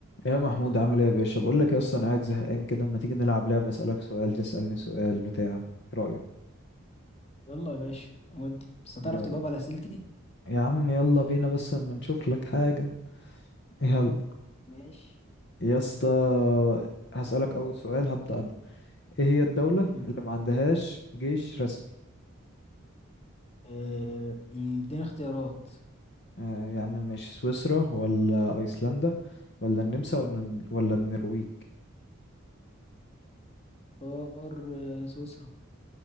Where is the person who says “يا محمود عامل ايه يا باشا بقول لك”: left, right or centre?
Left